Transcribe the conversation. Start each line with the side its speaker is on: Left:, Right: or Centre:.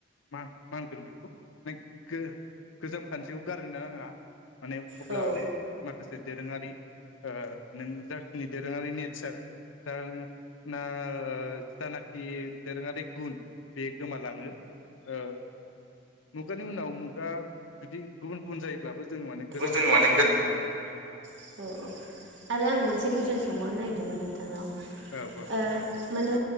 Left: मा-मानग्रोनायखौ गो-गोजाम खान्थियाव गार फोरोंनाङा माने अब्ला
Right: बेखौ
Left: माखासे दोरोङारि ओ नों जाखिनि दोरोङारि नेचार जा ना ओ जानाखि दोरोंआरि गुन बे लाङो ओ मुगानि उनाव मुगा जुदि गुबुन गुबुन जायोब्लाबो जों माने गोजामखौ
Right: जोङो
Left: गारद्रायनो
Right: माने
Left: नाङा आरो
Right: औ औ आरो आं मोनसे कुइसन सोंबावनो <unintelligible> ओ
Left: औ औ
Right: माने